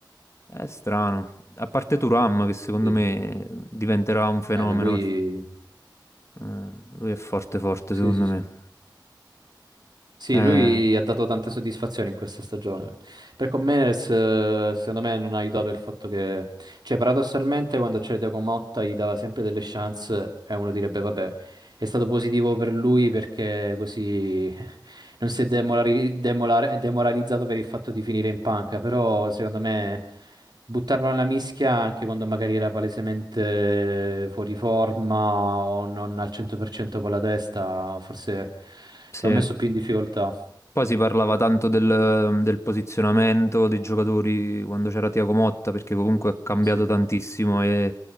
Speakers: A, on the left; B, on the right.
A: È strano. A parte Turam, che secondo
B: Sì. Eh,
A: me diventerà un fenomeno,
B: per lui,
A: il- eh, lui è forte, forte,
B: sì,
A: secondo
B: sì, sì.
A: me.
B: Sì,
A: Eh,
B: lui ha dato tante soddisfazioni in questa stagione. Per Comenes, eh, secondo me, non ha aiutato il fatto che, cioè, paradossalmente, quando c'era Thiago Motta gli dava sempre delle chance e uno direbbe, vabbè, è stato positivo per lui perché così <laughs> non si è demorali- demolare- demoralizzato per il fatto di finire in panca. Però, secondo me. buttarlo nella mischia anche quando magari era palesemente fuori forma o non al 100% con la testa, forse
A: Sì.
B: l'ho messo più in difficoltà.
A: Poi si parlava tanto del, del posizionamento dei giocatori quando c'era Thiago Motta, perché comunque ha cambiato
B: Eh sì,
A: tantissimo e